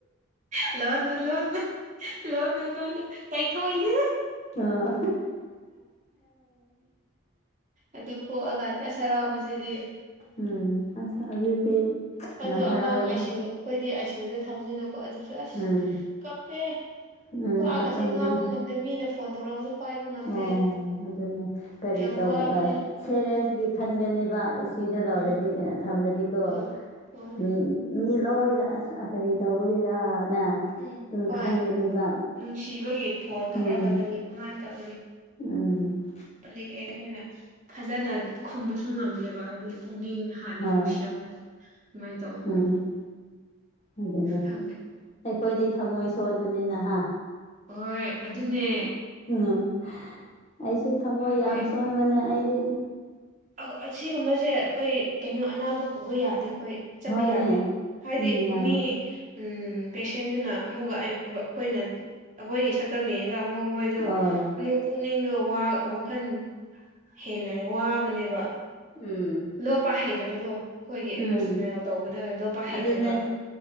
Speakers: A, on the right (about 35°); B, on the left (about 30°).
A: ꯂꯣꯟꯅ ꯂꯣꯟꯅ ꯂꯣꯟꯅ ꯂꯣꯟꯅ ꯇꯩꯊꯣꯛꯏꯅꯦ
B: ꯑꯣ
A: ꯑꯗꯨ ꯄꯣꯛꯑꯀꯥꯟꯗ ꯑꯁ ꯍꯔꯥꯎꯕꯁꯤꯗꯤ
B: ꯎꯝ ꯑꯁ ꯑꯗꯨꯗꯤ
A: ꯑꯗꯣ
B: ꯌꯥꯝ ꯍꯔꯥꯎꯔꯝꯅꯤ
A: ꯑꯉꯥꯡ ꯑꯥꯏ ꯁꯤ ꯌꯨ ꯑꯩꯈꯣꯏꯗꯤ ꯑꯥꯏ ꯁꯤꯌꯨꯗ ꯊꯝꯅꯤꯅꯀꯣ ꯑꯗꯨ ꯑꯁ
B: ꯎꯝ
A: ꯀꯞꯄꯦ
B: ꯎꯝ
A: ꯋꯥꯒꯁꯦ
B: ꯀꯞꯂꯝꯒꯅꯤ
A: ꯉꯥꯡꯕ ꯉꯝ ꯑꯗ ꯃꯤꯅ ꯐꯣꯟ ꯇꯧꯔꯛꯄꯁꯨ ꯄꯥꯏꯕ ꯉꯝꯗꯦ
B: ꯑꯣ ꯑꯗꯨꯅꯦ ꯀꯔꯤ
A: ꯌꯥꯝ
B: ꯇꯧ
A: ꯋꯥꯕꯅꯦ
B: ꯁꯦꯔꯦꯁꯀꯤ ꯈꯟꯒꯅꯦꯕ ꯑꯦ ꯁꯤ ꯗ ꯂꯧꯔꯗꯤꯅꯦ
A: ꯎꯝ
B: ꯊꯝꯂꯗꯤꯀꯣ
A: ꯍꯣꯏ ꯍꯣꯏ
B: ꯃꯤ ꯂꯣꯏꯅ ꯑꯁ ꯀꯔꯤ ꯇꯧꯕꯒꯤꯔꯅ
A: ꯎꯝ
B: ꯑꯗꯨꯝ
A: ꯍꯣꯏ
B: ꯈꯟꯒꯅꯦꯕ
A: ꯅꯨꯡꯁꯤꯕꯒꯤ ꯐꯣꯟ ꯇꯧꯔꯒ
B: ꯎꯝ
A: ꯀꯔꯤ ꯀꯃꯥꯏꯟ ꯇꯧꯔꯤ
B: ꯎꯝ
A: ꯄꯠꯂꯤꯒꯦ ꯑꯩꯈꯣꯏꯅ ꯐꯖꯅ ꯈꯨꯝꯕꯁꯨ ꯉꯝꯗꯦꯕ ꯍꯥꯏꯗꯤ ꯄꯨꯛꯅꯤꯡ ꯍꯥꯟꯅ
B: ꯍꯣꯏ
A: ꯅꯨꯡꯁꯤꯔꯛꯄꯗꯣ ꯑꯗꯨꯃꯥꯏꯟ ꯇꯧꯋꯦꯕ
B: ꯎꯝ ꯑꯗꯨꯅꯦ
A: ꯈꯪꯉꯦ
B: ꯑꯩꯈꯣꯏꯗꯤ ꯊꯝꯃꯣꯏ ꯁꯣꯟꯕꯅꯤꯅꯍꯥ
A: ꯍꯣꯏ ꯑꯗꯨꯅꯦ
B: ꯎꯝ ꯑꯩꯁꯨ ꯊꯃꯣꯏ
A: ꯌꯥꯗꯦ
B: ꯌꯥꯝ ꯁꯣꯟꯕꯅꯦ ꯑꯩꯗꯤ
A: ꯑꯧ ꯑꯁꯤꯒꯨꯝꯕꯁꯦ ꯑꯩꯈꯣꯏ ꯀꯩꯅꯣ ꯑꯅꯥꯕ ꯄꯨꯕ ꯌꯥꯗꯦ ꯑꯩꯈꯣꯏ ꯆꯠꯄ
B: ꯍꯣꯏꯅꯦ
A: ꯌꯥꯗꯦ ꯍꯥꯏꯗꯤ
B: ꯎꯝ ꯌꯥꯅꯤ
A: ꯃꯤ ꯎꯝ ꯄꯦꯁꯦꯟꯗꯨꯅ ꯑꯃꯨꯛꯀ ꯑꯩꯈꯣꯏꯅ ꯑꯩꯈꯣꯏꯒꯤ ꯁꯛꯇꯝ ꯌꯦꯡꯉꯒ ꯑꯃꯨꯛ ꯃꯣꯏ ꯑꯗꯣ
B: ꯑꯣ
A: ꯑꯃꯨꯛ ꯄꯨꯛꯅꯤꯡꯗꯣ ꯋꯥ ꯋꯥꯈꯟ ꯍꯦꯟꯅ ꯋꯥꯕꯅꯦꯕ
B: ꯎꯝ
A: ꯂꯣꯞꯄ ꯍꯩꯇꯕꯗꯣ ꯑꯩꯈꯣꯏꯒꯤ
B: ꯎꯝ
A: ꯏꯃꯣꯁꯅꯦꯜ ꯇꯧꯕꯗ ꯂꯣꯞꯄ
B: ꯑꯗꯨꯅꯦ
A: ꯍꯩꯇꯦꯕ